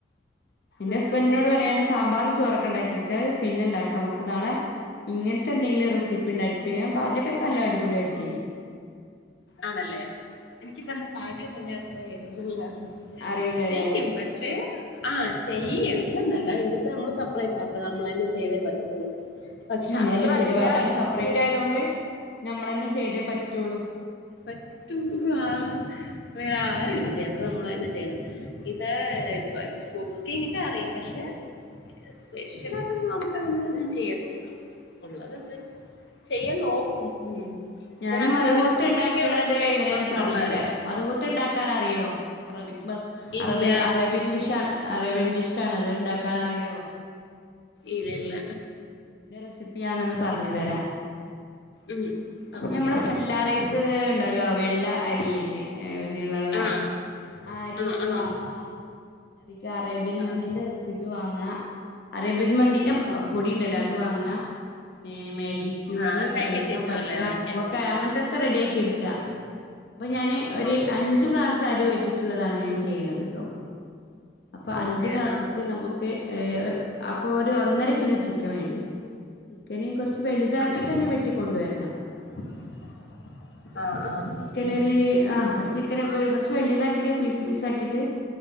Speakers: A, on the left (about 60°); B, on the left (about 75°).
A: എന്റെ
B: ആ
A: ഹസ്ബൻ്റിനോട് പറയാണ് സാമ്പറും ചോറൊക്കെ ഉണ്ടാക്കിരിക്കാത് പിന്നെ ഇണ്ടാക്കാം നമുക്ക് നാളെ ഇങ്ങൻത്തെന്തങ്കിലും റെസിപ്പിണ്ടാക്കി തരി ഞാൻ പാചകക്കെ നല്ലടിപൊളിയായിട്ട് ചെയ്യും
B: ആണല്ലേ എനിക്ക് പറയാ പാഠ്യമല്ല <unintelligible>
A: അറിയൂലല്ലേ
B: ചെയ്യും പക്ഷെ ആഹ് ചെയ്യും ഇല്ലന്നല്ല ഇവിടെപ്പോ നമ്മള് സെപ്പറേറ്റ് അപ്പ നമ്മള തന്നെ ചെയ്തേ പറ്റത്തുള്ളൂ പക്ഷെ
A: നമ്മള
B: അത്ര
A: തന്നെ ചെയ്ത
B: അല്ല
A: പ അതാണ് സെപ്പറേറ്റ്
B: കു
A: ആയതോണ്ട് നമ്മളന്നെ ചെയ്തേ പറ്റുള്ളൂ
B: പറ്റൂ ആ അ ആരുല്ല ചെയ്യ അപ്പൊ നമ്മളന്നെ ചെയ്യണം ഇതാ <unintelligible> എനക്ക് അറിയും പക്ഷെ സ്പെഷ്യലായിട്ടൊന്നും നമുക്കങ്ങനെ ചെയ്യത്തില്ല ഉള്ളത് എന്തും ചെയ്യാൻ നോക്കും ഉം
A: ഞാൻ
B: അത്ര
A: മദുഹൂത്ത്
B: അങ്ങനെ കുക്കിങ്ങിനോട്
A: ഉണ്ടാക്ക്ണത്
B: എനിക്ക് വലിയ
A: എങ്ങനെയന്ന്
B: ഇൻട്രസ്റ്റ്
A: പറഞ്ഞു
B: ഉള്ളതല്ല
A: തരാ മദ്ഹൂത്ത് ഉണ്ടാക്കാന അറിയോ അറബിക് മസാ
B: ഇല്ല
A: അറേബ അറേബിയൻ ഫിഷാണ് അറേബിയൻണ്ടിഷ് ആണ് അത്ണ്ടാക്കാൻ അറിയോ
B: ഇല്ല ഇല്ല
A: ഇന്റെ റെസിപ്പി ഞാനൊന്ന് പറഞ്ഞു തരാ
B: ഉം പറഞ്ഞ
A: അപ്പൊ നമ്മള
B: കേക്കാം
A: സെല്ലാ റൈസ് ഉണ്ടല്ലോ വെള്ള അരിന്ന് ഏ നീളള്ളേ
B: ആഹ്
A: ആ അരി
B: ആഹ് ആഹ്
A: വാങ്ങ അത്ക്ക് അറേബ്യൻ
B: ആഹ്
A: മന്തിന്റെ റെസിപ്പി വാങ്ങാ അറേബ്യൻ മന്തിന്റെ
B: ഓ
A: പൊടി ഉണ്ടല്ലോ അത് വാങ്ങ പിന്നെ മാഗി ക്യൂബ്
B: ആഹ് അത് പാക്കറ്റ്
A: ഏലക്ക
B: കിട്ടുവല്ലേ
A: പ
B: വാങ്ങിക്കാൻ
A: ട്ട അങ്ങൻത്തൊക്കെ റെഡി ആക്കി എടുക്ക അപ്പൊ ഞാന് ഒരു
B: ഓക്കെ
A: അഞ്ച്
B: ഓക്കെ
A: ഗ്ലാസ്--‌ സരി വെച്ചിട്ടുള്ളതാണ് ഞാൻ ചെയ്യ്ണത് ട്ടോ അപ്പൊ അഞ്ച്
B: ഓക്കെ
A: ക്ലാസ്സ്ക്ക്
B: ആഹ്
A: നമുക്ക് അപ്പൊ ഒരു ഒന്നര കിലോ ചിക്കൻ വേണ്ടിവരും ചിക്കന് കൊർച്ച് വലുതാക്കിട്ട്
B: ആണല്ലേ
A: തന്നെ വെട്ടിക്കൊണ്ടുവരണം
B: <unintelligible> ആഹ്
A: ഒരു ചിക്കന് ഒര് ആ ഒരു ചിക്കൻ അപ്പം ഒരു കൊർച്ച് വലിയതാക്കിട്ട് പീസ് പീസ് ആക്കീട്ട്